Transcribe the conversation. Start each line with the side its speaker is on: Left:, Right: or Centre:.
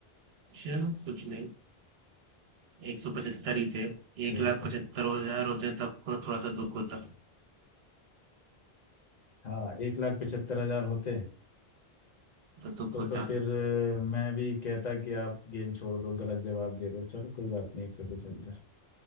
Right: चलो कुछ नहीं एक सौ पचहत्तर ही थे एक
Left: ठीक
Right: लाख
Left: है
Right: पचहत्तर हजार होते तब को थोड़ा सा दुख होता
Left: हाँ एक लाख पचहत्तर हजार होते
Right: तो दुख
Left: तो
Right: होता
Left: तो फिर अ, मैं भी कहता कि आप गेम छोड़ दो गलत जवाब दे रहे हो चलो कोई बात नहीं एक सौ पचहत्तर